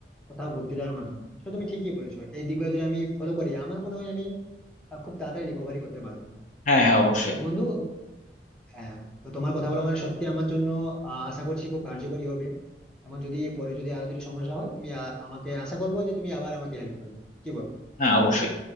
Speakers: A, in the centre; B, on the left.
A: কোথাও ঘুরতে যাওয়ার মাধ্যমে সেটা তুমি ঠিকই বলেছো এই দিকগুলো যদি আমি ফলো করি আমার মনে হয় আমি আহ, খুব তাড়াতাড়ি রিকভারি করতে পারবো
B: হ্যাঁ হ্যাঁ অবশ্যই
A: তো বন্ধু হ্যাঁ তো তোমার কথা বলা মানে সত্যি আমার জন্য আহ, আশা করছি খুব কার্যকরী হবে এবং যদি পরে যদি আরো যদি সমস্যা হয় তুমি আ- আমাকে আশা করবো যে তুমি আবার আমাকে হেল্প করবে কি বল
B: হ্যাঁ অবশ্যই